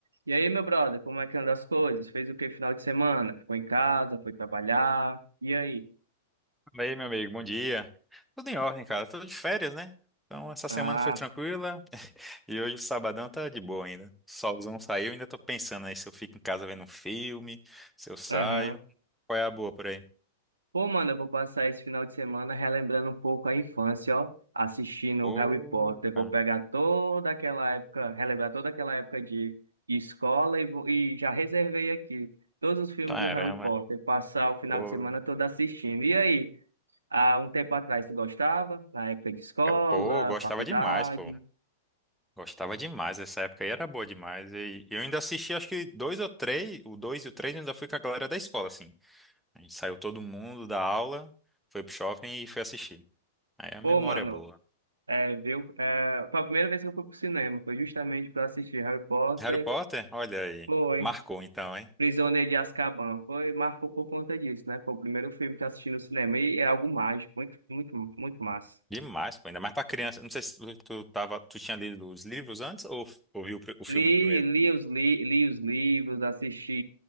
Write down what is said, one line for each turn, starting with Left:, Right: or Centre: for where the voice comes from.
Right: E aí, meu brother, como é que anda as coisas? Fez o que final de semana? Ficou em casa, foi trabalhar? E aí?
Centre: E aí, meu amigo, bom dia. Tudo em ordem, cara. Tudo de férias, né? Então, essa
Right: Ah,
Centre: semana foi tranquila e hoje o sabadão tá de boa ainda. Solzão saiu, ainda tô pensando aí se eu fico em casa vendo um filme, se eu saio.
Right: aham.
Centre: Qual é a boa por aí?
Right: Pô, mano, eu vou passar esse final de semana relembrando um pouco a infância, ó, assistindo
Centre: Pô,
Right: Harry Potter. Vou
Centre: cara.
Right: pegar toda aquela época, relembrar toda aquela época de, de escola e, vou- e já reservei aqui todos os filmes
Centre: caramba.
Right: do Harry Potter, passar o final
Centre: Pô,
Right: de semana todo assistindo. E aí? Há um tempo atrás tu gostava? Na época de escola,
Centre: cara. Pô, gostava
Right: faculdade?
Centre: demais, pô. Gostava demais. Essa época aí era boa demais. E eu ainda assisti, acho que dois ou três, o dois e o três, eu ainda fui com a galera da escola, assim. A gente saiu todo mundo da aula, foi pro shopping e foi assistir. Aí a
Right: Pô,
Centre: memória
Right: mano.
Centre: é boa.
Right: É, viu? É, foi a primeira vez que eu fui pro cinema, foi justamente para assistir Harry Potter,
Centre: Harry Potter? Olha aí.
Right: foi
Centre: Marcou então, hein?
Right: Prisioneiro de Azkaban, foi, marcou por conta disso, né? Foi o primeiro filme que eu assisti no cinema e é algo mágico, muito, muito, muito massa.
Centre: Demais, pô. Ainda mais pra criança. Não sei se tu, tu tava, tu tinha lido os livros antes ou, f- ou viu o, pri- o filme
Right: Li,
Centre: primeiro?
Right: li os, li, li os livros, assisti